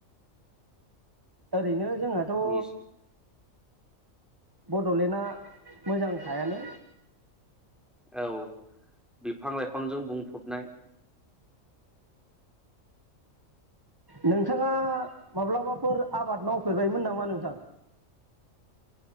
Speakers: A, on the right (about 15°); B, in the centre.
A: ओरैनो जोंनाथ'
B: नि
A: बड'लेण्डआ मोजां खायानो
B: औ बिफां लाइफांजों बुंफबनाय
A: नोंथाङा माब्लाबाफोर आबाद मावफेरबायमोन नामा नोंथां